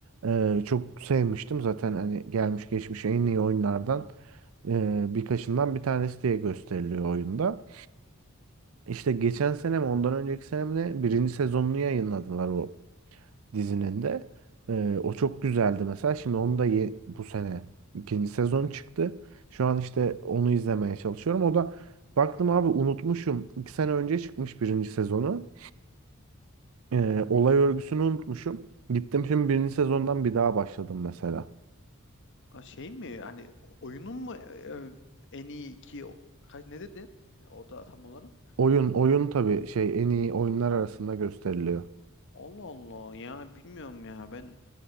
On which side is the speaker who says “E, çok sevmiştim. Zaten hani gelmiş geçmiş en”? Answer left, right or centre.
Right